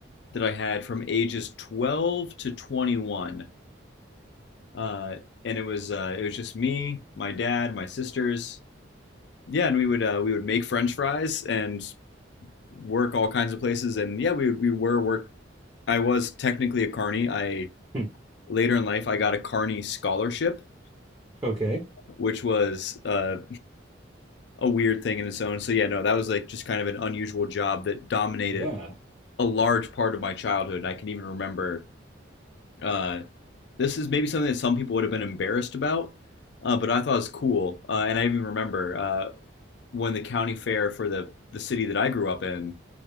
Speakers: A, on the left; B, on the right.
A: that I had from ages 12 to 21. Uh, and it was uh, it was just me, my dad, my sisters. Yeah, and we would uh, we would make French fries and work all kinds of places. And yeah, we we were work. I was technically a carny. I
B: Hmm.
A: later in life I got a carny scholarship,
B: Okay.
A: which was uh, a weird thing in its own. So yeah, no, that was like just kind of an unusual job that dominated
B: Yeah.
A: a large part of my childhood. And I can even remember uh, this is maybe something that some people would have been embarrassed about, uh, but I thought it was cool. Uh, and I even remember uh, when the county fair for the the city that I grew up in,